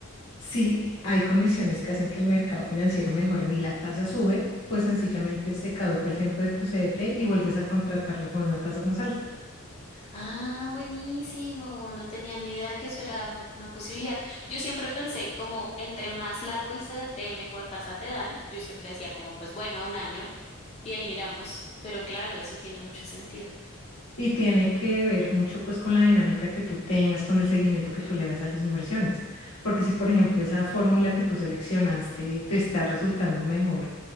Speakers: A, on the left; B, on the left.
A: si hay condiciones que hacen que el mercado financiero mejore y la tasa sube, pues sencillamente se caduca el tiempo de tu CDT y vuelves a contratarlo con una tasa más alta.
B: Ah, buenísimo. No tenía ni idea que eso era una posibilidad. Yo siempre pensé como entre más largo el CDT, mejor tasa te dan. Yo siempre decía como, pues bueno, a un año Y ahí miramos, pero claro, eso tiene mucho sentido.
A: Y tiene que ver mucho pues con la dinámica que tú tengas, con el seguimiento que tú le hagas a las inversiones. Porque si, por ejemplo, esa fórmula que tú seleccionaste te está resultando mejor,